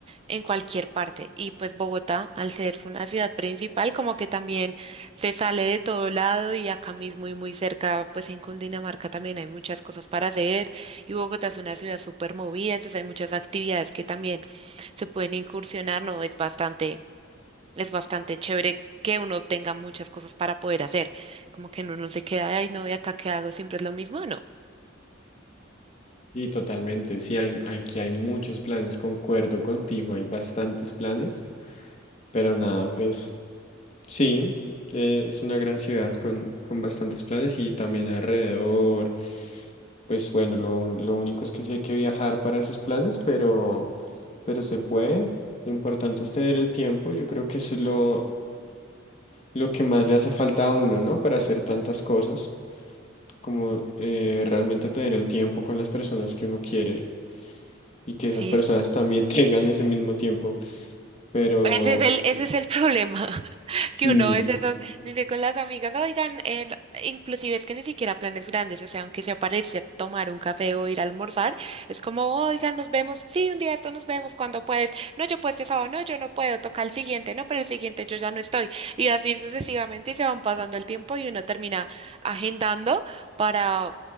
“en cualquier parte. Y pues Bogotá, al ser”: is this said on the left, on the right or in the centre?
Right